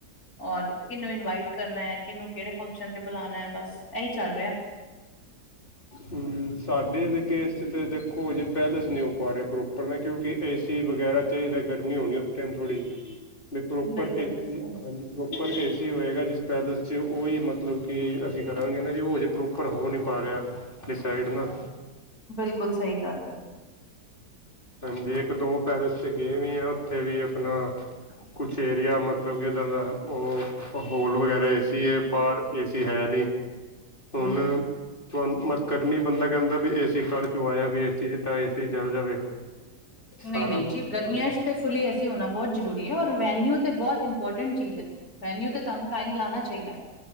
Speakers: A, on the left (about 60°); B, on the left (about 30°).
A: ਔਰ ਕਿਹਨੂੰ ਇਨਵਾਈਟ ਕਰਨਾ ਹੈ ਕਿਹਨੂੰ ਕਿਹੜੇ ਫੰਕਸ਼ਨ ਤੇ ਬੁਲਾਨਾ ਹੈ ਬਸ ਇਹੀ ਚੱਲ ਰਿਹਾ
B: ਹਮ ਸਾਡੇ ਦੇ ਕੇਸ ਤੇ ਦੇਖੋ ਹਜੇ ਪੈਲੇਸ ਨਹੀਂ ਹੋ ਪਾ ਰਿਹਾ ਪ੍ਰੋਪਰ ਨਾ ਕਿਉਂਕਿ ਏਸੀ ਵਗੈਰਾ ਚਾਹੀਦਾ ਗਰਮੀ ਹੋਣੀ ਉਸ ਟਾਈਮ ਥੋੜੀ ਵੀ ਪ੍ਰੋਪਰ
A: ਬਿਲਕੁਲ
B: ਏ
A: ਬਿਲਕੁਲ
B: ਹਾਂਜੀ ਪ੍ਰੋਪਰ ਏ ਹੋਏਗਾ ਜਿਸ ਪੈਦਲ ਚ ਉਹੀ ਮਤਲਬ ਕਿ ਅਸੀਂ ਕਰਾਂਗੇ ਨਾ ਜੀ ਉਹ ਹਜੇ ਪ੍ਰੋਪਰ ਹੋ ਨਹੀਂ ਪਾ ਰਿਹਾ ਸਾਈਡ ਨਾ
A: ਬਿਲਕੁਲ ਸਹੀ ਗੱਲ ਹੈ
B: ਹਾਂਜੀ ਇੱਕ ਦੋ ਪੈਲੇਸ ਚ ਗਏ ਵੀ ਆ ਉੱਥੇ ਵੀ ਆਪਣਾ ਕੁਛ ਏਰੀਆ ਮਤਲਬ ਕਿ ਇੱਦਾਂ ਦਾ ਉਹ ਹੋਲ ਵਗੈਰਾ ਏ ਸੀ ਏ ਬਾਹਰ ਏਸੀ ਹੈ ਨਹੀਂ ਹੁਣ
A: ਹਮ
B: ਤੁਹਾਨੂੰ ਮ ਕਰਨੀ ਬੰਦਾ ਕਹਿੰਦਾ ਵੀ ਏਸੀ ਘਰ ਚੋਂ ਆਇਆ ਵੀ ਏਸੀ ਚ ਤਾਂ ਏ ਸੀ ਚੱਲ ਜਾਵੇ
A: ਨਹੀਂ
B: ਸਾਰਾ
A: ਨਹੀਂ
B: ਮਤਲਬ
A: ਜੀ ਗਰਮੀਆਂ
B: ਹਾਂਜੀ
A: ' ਤੇ ਫੁੱਲੀ ਹੋਣਾ ਬਹੁਤ ਜ਼ਰੂਰੀ ਹੈ ਔਰ ਵੈਨਿਊ ਤੇ ਬਹੁਤ ਇੰਪੋਰਟੈਂਟ ਚੀਜ਼ ਹੈ ਵੈਨਿਊ ਤੇ ਤੁਹਾਨੂੰ ਟਾਈਮ ਲਾਣਾ ਚਾਹੀਦੈ